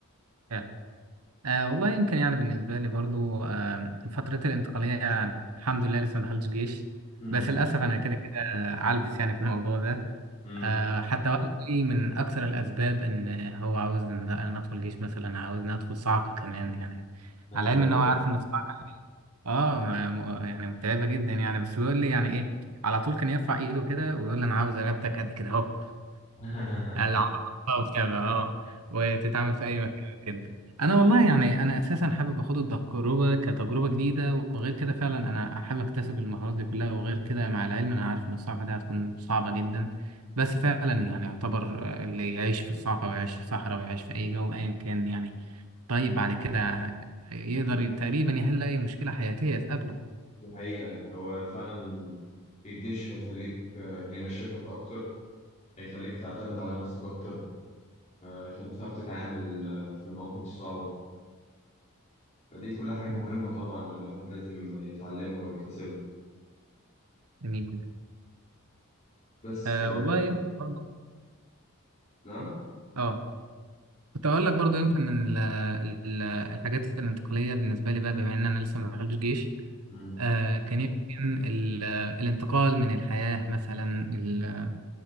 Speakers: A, on the right; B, on the left.
A: فعلا آه والله يمكن يعني بالنسبة لي برضو آه فترة الانتقالية يعني الحمد لله لسه ما دخلتش جيش
B: امم
A: بس للأسف أنا كده كده عالبس يعني في الموضوع ده
B: امم
A: آه، حتى والدي من أكثر الأسباب إن هو عاوز إن لا، أنا أدخل جيش مثلا عاوزني أدخل صعقة كمان يعني
B: يا نهار
A: على العلم
B: أبيض
A: إن هو عارف إن الصعقة آه ما- م- يعني متعبة جدا يعني بس بيقول لي يعني إيه على طول كان يرفع إيده كده ويقول لي أنا عاوز رقبتك قد كده أهو
B: <laughs>
A: يعني العبارة وبتاع اه وتتعمل في أي مكان كده أنا والله يعني أنا أساسا حابب أخد التجربة كتجربة جديدة وغير كده فعلا أنا حابب أكتسب المهارات دي كلها وغير كده مع العلم أنا عارف إن الصعقة دي هتكون صعبة جدا بس فعلا يعني يعتبر آه، اللي يعيش في الصعقة ويعيش في صحراء ويعيش في أي جو أيا كان يعني طيب بعد كده يقدر ي- تقريبا يحل أي مشكلة حياتية تقابله
B: دي حقيقة هو فعلا الجيش هيخليك آه، هينشفك أكتر هيخليك تعتمد على نفسك أكتر آه، هيخليك تعرف تتعامل آه، في المواقف الصعبة فدي كلها حاجات
A: مم.
B: مهمة طبعا الواحد لازم يتعلمها ويكتسبها
A: جميل جدا
B: بس
A: آه
B: آه،
A: والله يمكن برضه
B: نعم
A: اه كنت اقول لك برضو يمكن ال- ال- الحاجات الانتقاليه بالنسبه لي بقى بما ان انا لسه ما دخلتش جيش
B: مم.
A: آه كان يمكن ال- الانتقال من الحياه مثلا ال-